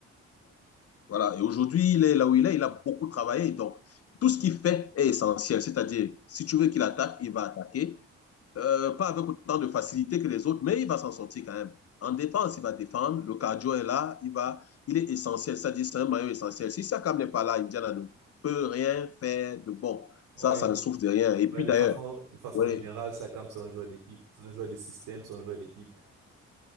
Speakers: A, on the left (about 50°); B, on the right (about 85°).
A: Voilà. Et aujourd'hui, il est là où il est, il a beaucoup travaillé. Donc, tout ce qu'il fait est essentiel. C'est-à-dire, si tu veux qu'il attaque, il va attaquer. Euh, pas avec autant de facilité que les autres, mais il va s'en sortir quand même. En défense, il va défendre. Le cardio est là. Il, va, il est essentiel. C'est-à-dire, c'est un maillot essentiel. Si Siakam n'est pas là, Indiana ne peut rien faire de bon.
B: Ouais.
A: Ça, ça ne souffre de rien. Et puis
B: Ouais, de
A: d'ailleurs,
B: façon, de façon
A: ouais,
B: générale, Siakam, c'est un joueur d'équipe, c'est un joueur de système, c'est un joueur d'équipe.